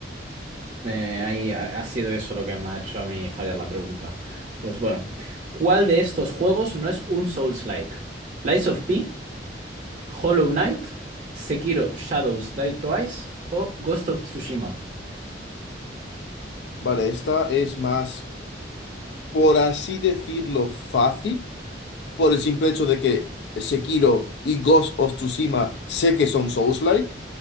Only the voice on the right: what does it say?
Eh, ahí ha, ha sido eso lo que me ha hecho a mí fallar la pregunta. Pues bueno, ¿cuál de estos juegos no es un Souls-like? ¿Lies of P, Hollow Knight, Sekiro Shadows Die Twice o Ghost of Tsushima?